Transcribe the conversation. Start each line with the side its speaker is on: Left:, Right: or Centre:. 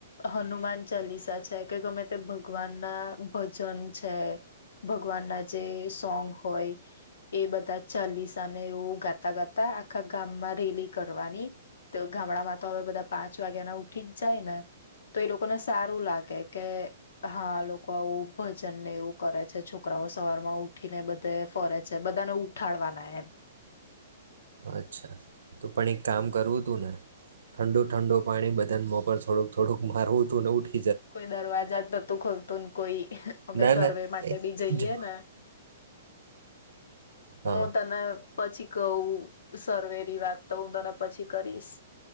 Left: હનુમાન ચાલીસા છે કે ગમે તે ભગવાન ના ભજન છે, ભગવાન ના જે સોંગ હોય, એ બધા ચાલીસા ને એવું ગાતા ગાતા આખા ગામમાં રેલી કરવાની, તો ગામડામાં તો હવે બધા પાંચ વાગ્યા ના ઉઠી જ ચાલ્યા, ને તો એ લોકોને સારું લાગે કે હા લોકો આવું ભજન ને એવું કરે છે છોકરાઓ સવાર માં ઉઠીને બધે ફરે છે બધાને ઉઠાડવાના એમ.
Right: અચ્છા. તો પણ એક કામ કરવું હતું ને. ઠંડુ ઠંડુ પાણી બધા મો પર થોડુંક થોડુંક મારવું હતું ન ઉઠ
Left: કોઈ દરવાજા જ બતું ખોલતું કોઈ. અમે
Right: ના
Left: સર્વે
Right: ના
Left: માટે
Right: એ
Left: બી જઈએ
Right: જો
Left: ને. પો
Right: હા
Left: તને પછી કહું સર્વેની વાત તો હું તને પછી કરીશ.